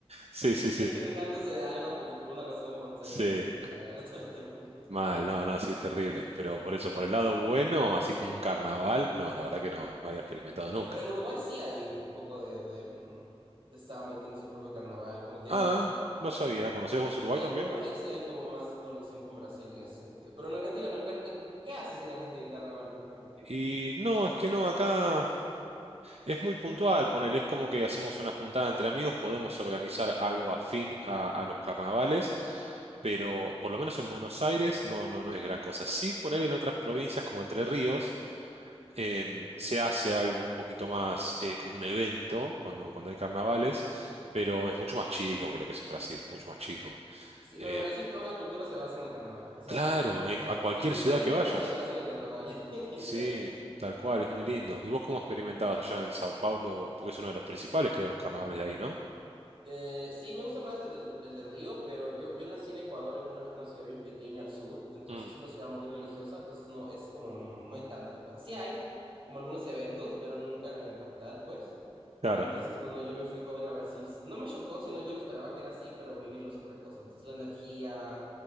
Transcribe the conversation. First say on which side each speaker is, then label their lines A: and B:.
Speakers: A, on the right; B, on the right.
A: sí, sí, sí,
B: gente quejándose de algo porque por una razón en Buenos Aires
A: sí.
B: la gente se queja de algo <laughs> todo el tiempo, entonces.
A: Mal, no, no, sí es terrible. Pero por eso, por el lado bueno, así como un carnaval, no, la verdad que no, no había experimentado nunca.
B: Pero en Uruguay sí hay un poco de, de, mm, de samba y tiene su propio carnaval, como que
A: Ah,
B: hay más.
A: no sabía, ¿conocés vos Uruguay
B: Sí,
A: también?
B: en Uruguay ahí sí hay como más conexión con Brasil en ese sentido. Pero en Argentina no. en car- en- ¿qué haces en Argentina en carnaval, por ejemplo?
A: Y no, es que no, acá es muy puntual, ponele, es como que hacemos una juntada entre amigos, podemos organizar algo afín a, a los carnavales, pero por lo menos en Buenos Aires no, no, no es gran cosa. Sí, poner en otras provincias como Entre Ríos. em, se hace algo un poquito más eh, como un evento cuando, cuando hay carnavales, pero es mucho más chico que lo que es en Brasil, mucho más chico.
B: Sí, no,
A: Eh,
B: en Brasil toda la cultura se basa en el carnaval. O sea,
A: claro,
B: <laughs> la,
A: en- a cualquier
B: la cultura
A: ciudad
B: entera
A: que vayas.
B: se basa en el carnaval, <laughs> literalmente.
A: Sí, tal cual, es muy lindo. ¿Y vos cómo experimentabas allá en Sao Paulo? Porque es uno de los principales, creo, los carnavales de ahí, ¿no?
B: Eh, sí, me gusta más el de, el de Río, pero yo, yo nací en Ecuador, en una, una ciudad bien pequeña al sur, entonces
A: Mm,
B: una ciudad muy religiosa, entonces no, es como, no hay tanto. ca- Sí hay como algunos eventos, pero nunca en capital, pues.
A: claro,
B: Entonces, cuando yo me fui joven a Brasil, s- no me chocó, sino yo lo esperaba que era así, pero vivirlo es otra cosa. Entonces, la energía,